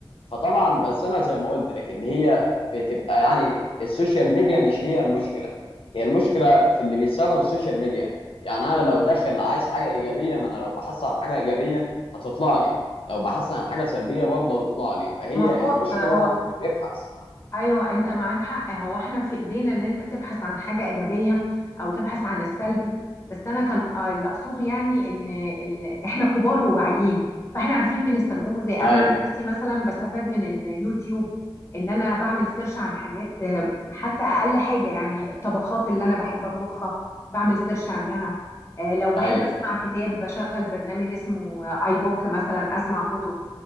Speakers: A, on the left; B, on the left.
A: فطبعا بس انا زي ما قلت لك ان هي بتبقى يعني السوشيال ميديا مش هي المشكله هي المشكله في اللي بيستخدم السوشيال ميديا يعني انا لو داخل عايز حاجه ايجابيه ما انا لو بحثت عن حاجه ايجابيه هتطلع لي لو بحثت عن حاجه سلبيه برضه هتطلع لي فهي
B: مظبوط
A: المشكله
B: آه، هو
A: في اللي بيبحث
B: ايوه انت معاك حق هو احنا في ايدينا ان انت تبحث عن حاجه ايجابيه او تبحث عن السلبي بس انا كان آه، اللي اقصده يعني ان ال... احنا كبار وواعيين فاحنا عارفين بنستخدمه ازاي
A: ايوه
B: انا عن نفسي مثلا بستفاد من اليوتيوب ان انا بعمل سيرش عن حاجات آه، حتى اقل حاجه يعني الطبخات اللي انا بحب اطبخها بعمل سيرش عنها آه، لو بحب
A: ايوه
B: اسمع كتاب بشغل برنامج اسمه اي بوك مثلا اسمع كتب